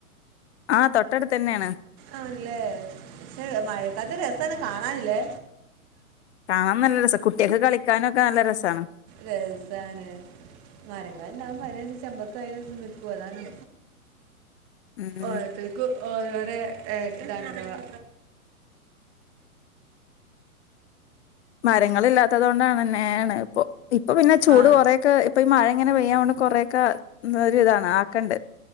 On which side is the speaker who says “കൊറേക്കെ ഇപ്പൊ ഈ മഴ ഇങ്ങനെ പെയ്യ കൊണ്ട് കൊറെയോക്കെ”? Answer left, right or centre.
Left